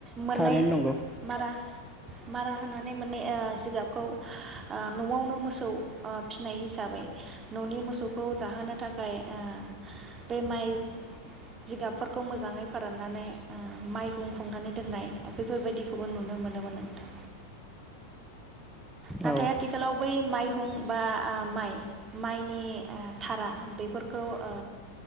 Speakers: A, on the right; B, in the centre.
A: मोननाय
B: थारैनो नंगौ
A: मारा मारा होनानै मोननाय ओ जिगाब खौ ओ न'आवनो मोसौ ओ फिनाय हिसाबै न'नि मोसौखौ जाहोनो थाखाय ओ बे माइ जिगाबफोरखौ मोजाङै फोराननानै ओ माइहुं हुंनानै दोननाय बेफोरबायदिखौबो नुनो मोनोमोन नोंथां। नाथाय
B: औ
A: आथिखालाव बै माइहुं बा ओ माइ माइनि ओ थारा बेफोरखौ ओ